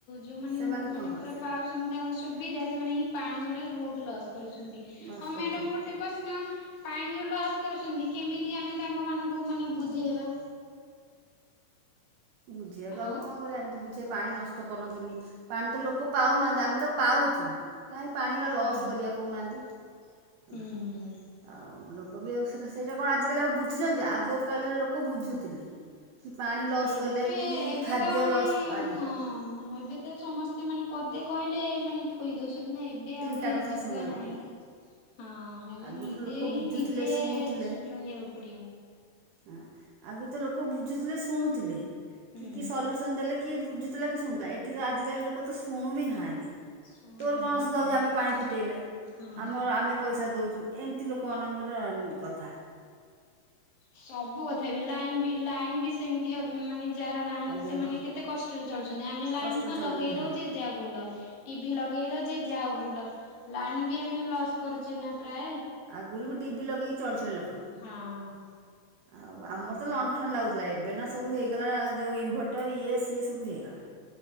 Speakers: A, on the left (about 75°); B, on the right (about 75°).
A: ଯୋଉମାନେ
B: ସେମାନେ
A: ମାନେ
B: କଣ କର
A: ପୁରା, ପାଉଛନ୍ତି ତାଙ୍କର ସୁବିଧା ସେମାନେ ହିଁ ପାଣି ଗୁଡ଼ାକ ବହୁତ ଲସ୍ କରୁଛନ୍ତି।
B: ଲସ୍
A: ହଁ
B: କରୁଛନ୍ତି
A: ମ୍ୟାଡ଼ମ୍ ଗୋଟେ, ପ୍ରଶ୍ନ ପାଣି ଯେଉଁ ଲସ କରୁଛନ୍ତି କେମିତି ଆମେ ତାଙ୍କମାନଙ୍କୁ ମାନେ ବୁଝେଇବା।
B: ବୁଝିବାକୁ
A: ହ୍ୟାଲୋ
B: ଆମେ କଣ କ ରିବା ଏମତି ବୁଝେଇବା ପାଣି ନଷ୍ଟକର ନାହିଁ। ନଷ୍ଟ କରନ୍ତୁନି ପାଣି ତ ଲୋକ ପାଉନାହାନ୍ତି। ଆମେ ତ ପାଉଛୁ। କାହିଁ ପାଣି ଗୁଡ଼ା ଲସ୍
A: ହୁଁ
B: କରିବା କହୁନାହାନ୍ତି
A: ହୁଁ ହୁଁ।
B: ଆଉ ଲୋକ ବି ଆଉ, ସେଇଟା ସେଇଗୁଡ଼ାକଣ ଆଜିକାଲିଲୋକଆଉ ବୁଝୁଛନ୍ତି। ଆଗ କାଳର ଲୋକ ବୁଝୁଥିଲେ କି ପାଣି ଲସ୍
A: ଏବେ
B: କଲେ କି
A: ଏବେ
B: ଖାଦ୍ୟ
A: ତ ମାନେ
B: ଲସ୍ ଆଜ୍ଞା
A: ହଁ ଏବେ ତ ସମସ୍ତେ ମାନେ ପଦେ କହିଲେ ମାନେ କହି ଦଉଛନ୍ତି ନା ଏବେ
B: ତିନିଟା
A: ଆଉ ଏ
B: କଥା
A: ଯୁଗ
B: ଶୁଣିବାକୁ
A: ନାହିଁ
B: ପଡ଼ିବ
A: ହଁ ଏବେ
B: ଆଗରୁ
A: ନିଜେ
B: ଲୋକ
A: ହିଁ
B: ବୁଝୁଥିଲେ
A: ନିଜେ
B: ଶୁଣୁଥିଲେ
A: ରହିବାକୁ ପଡିବ
B: ହଁ ଆଗରୁ ତ ଲୋକ ବୁଝୁଥିଲେ ଶୁଣୁଥିଲେ
A: ହୁଁ
B: କି ସଲ୍ୟୁସନ୍ ଦେଲେ କି ବୁଝୁଥିଲେ କି ଶୁଣୁଥିଲେଏଠି ତ ଆଜିକାଲି ଲୋକ ଶୁଣୁ ବି ନାହାଁନ୍ତି
A: ଶୁଣୁନାହାନ୍ତି
B: ତୋର କଣ ଆସୁବିଧା
A: କୌଣସି
B: ହଉଛି ଆମେ
A: କଥା
B: ପାଣି ଫିଟେଇଲେ
A: ହଁ।
B: ଆମର ଆମେ ପଇସା ଦେଉଛୁ। ଏମିତି ଲୋକମାନଙ୍କର କଥା
A: ସବୁ କଥାବି ଲାଇନ୍ ବି ଲାଇନ୍ ବି ସେମିତି ମାନେ ଯାହାର ନାହିଁ।
B: ଆଜ୍ଞା
A: ସେମାନେ
B: ହଁ
A: କେତେ କଷ୍ଟରେ ଚଳୁଛନ୍ତି, ଆମେ ଲାଇନ୍
B: କଷ୍ଟରେ
A: କଣ
B: ଚଳୁଛନ୍ତି
A: ଲଗାଇ
B: ହଁ
A: ଦେଉଛେ ଯାହା ବୁଲ ଟିଭି ଲଗେଇ ଦଉଚେ ଯାଓ ବୁଲ। ଲାଇନ ବି ଆମେ ଲସ୍ କରୁଛେ ନା ପ୍ରାୟ,
B: ଆଗରୁ ବି ଡିିବି ରି ଲଗେଇକି ଚଳୁଥିଲେ ଲୋକ।
A: ହଁ।
B: ଆଉ ଆମର ତ ଲଣ୍ଠନ ଲାଗୁଥିଲା। ଏବେ ନା ସବୁ ହେଇଗଲା, ଯେଉଁ ଇନଭର୍ଟର ଇଏ ସିଏ ସବୁ ହେଇଗଲା।